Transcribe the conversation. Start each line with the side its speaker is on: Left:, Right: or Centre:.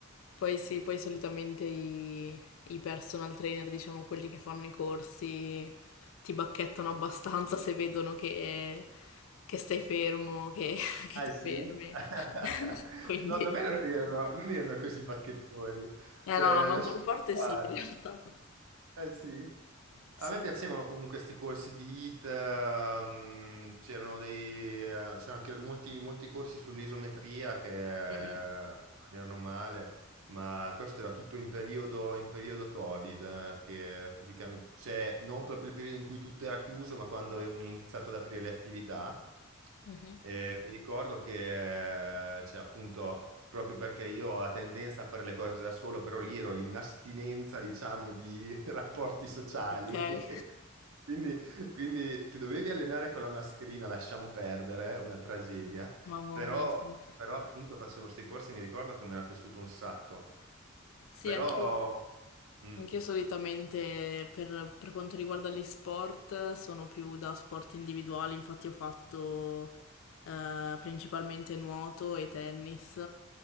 Left: Poi sì, poi solitamente i, i personal trainer, diciamo quelli che fanno i corsi, ti bacchettano abbastanza se vedono che, che stai fermo, che, <laughs> che
Right: Ah,
Left: ti
Right: sì?
Left: fermi.
Right: <laughs>
Left: <laughs> Quindi...
Right: No, da me non erano, non erano così bacchettoni.
Left: Eh
Right: Cioè,
Left: no, la maggior
Right: lasciate
Left: parte
Right: fare.
Left: sì, in realtà.
Right: Eh sì?
Left: Sì.
Right: A me piacevano comunque questi corsi di HIIT, ehm, c'erano dei, eh, c'erano anche molti, molti corsi sull'isometria che
Left: Mm, mm.
Right: eh, non erano male, ma questo era tutto in periodo, in periodo Covid, eh, che praticamente, cioè non proprio il periodo in cui tutto era chiuso, ma quando avevano iniziato ad aprire le attività.
Left: Mhm.
Right: Eh, mi ricordo che, eh, cioè, appunto, proprio perché io ho la tendenza a fare le cose da solo, però lì ero in astinenza, diciamo, di <laughs> rapporti sociali.
Left: Ok. <laughs>
Right: <laughs> Quindi, quindi ti dovevi allenare con la mascherina, lasciamo perdere, eh, una tragedia,
Left: Mamma
Right: però,
Left: mia. Sì,
Right: però appunto facevo questi corsi e mi ricordo che mi era piaciuto un sacco.
Left: sì
Right: Però...
Left: anche io.
Right: mm,
Left: Anch'io solitamente per, per quanto riguarda gli sport sono più da sport individuali, infatti ho fatto eh, principalmente nuoto e tennis,